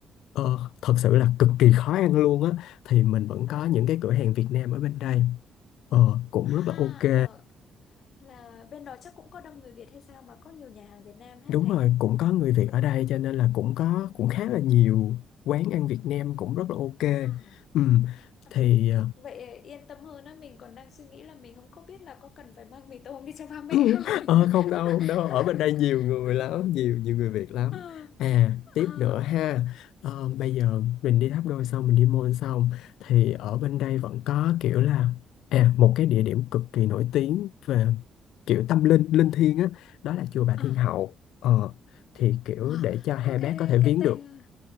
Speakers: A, on the left; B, on the left.
A: ờ, thật sự là cực kỳ khó ăn luôn á thì mình vẫn
B: à
A: có những cái cửa hàng Việt Nam ở bên đây ờ, cũng
B: à, à.
A: rất là ok
B: Ủa. là bên đó chắc cũng có đông người Việt hay sao mà có nhiều nhà hàng Việt Nam hả
A: Đúng
B: Thành?
A: rồi, cũng có người Việt ở đây cho nên là cũng có cũng khá là nhiều quán ăn Việt Nam cũng rất là ok.
B: À,
A: Ừ,
B: ừ.
A: thì
B: vậy ờ, yên tâm hơn á, mình còn đang suy nghĩ là mình không có biết là có cần phải mang mì tôm đi cho ba mẹ
A: <laughs>
B: không.
A: ờ, không đâu, không đâu,
B: <laughs>
A: ở bên đây nhiều người lắm, nhiều nhiều người Việt lắm.
B: Ờ,
A: À,
B: ờ,
A: tiếp nữa
B: ờ.
A: ha. Ờ, bây giờ mình đi Tháp Đôi xong mình đi Môn xong thì ở bên đây vẫn có kiểu là à một cái địa điểm cực kỳ nổi tiếng về kiểu tâm linh linh thiêng á, đó là chùa Bà
B: à,
A: Thiên Hậu. Ờ thì kiểu
B: wow,
A: để cho hai
B: có
A: bác
B: cái
A: có thể viếng
B: cái tên
A: được.